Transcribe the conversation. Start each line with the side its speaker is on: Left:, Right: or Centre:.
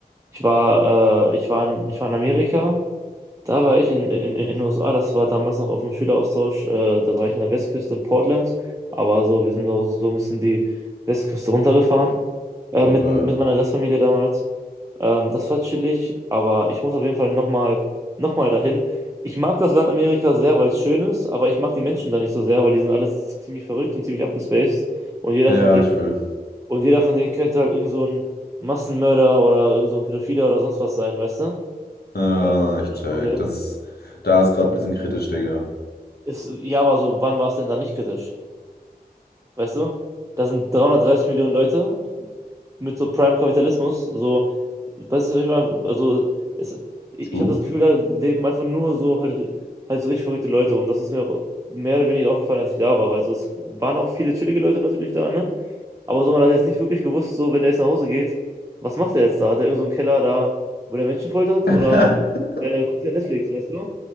Right: Ich war, äh, ich war in, ich war in Amerika, da war ich in, in, in den USA, das war damals noch auf dem Schüleraustausch, äh, da war ich in der Westküste in Portland, aber so, wir sind auch so ein bisschen die Westküste runtergefahren. äh,
Left: Voll
Right: mit,
Left: geil.
Right: mit meiner Gastfamilie damals. Ähm, das war chillig, aber ich muss auf jeden Fall nochmal noch mal dahin. Ich mag das Land Amerika sehr, weil es schön ist, aber ich mag die Menschen da nicht so sehr, weil die sind alle ziemlich verrückt und ziemlich abgespaced. Und jeder
Left: Ja,
Right: von denen,
Left: ich fühl.
Right: und jeder von denen könnte halt irgend so ein Massenmörder oder irgend so ein Pädophiler oder sonst was sein, weißt du?
Left: Ja,
Right: Äh, das ist halt
Left: ich
Right: das
Left: check.
Right: Problem.
Left: Das ist, da ist gerade ein bisschen kritisch, Digga.
Right: Ist, ja, aber so, wann war es denn da nicht kritisch? Weißt du? Da sind 330 Millionen Leute mit so Prime-Kapitalismus. So, weißt du, was ich meine? Also, es, ich
Left: True.
Right: habe das Gefühl, da leben einfach nur so halt, halt so richtig verrückte Leute. Und das ist mir auch mehr oder weniger aufgefallen, als ich da war. Weil so, es waren auch viele chillige Leute natürlich da, ne? Aber so, man hat jetzt nicht wirklich gewusst, so, wenn er jetzt nach Hause geht, was macht er jetzt da? Hat er irgend so einen Keller da, wo der Menschen foltert?
Left: <laughs>
Right: Oder äh, guckt er Netflix, weißt du?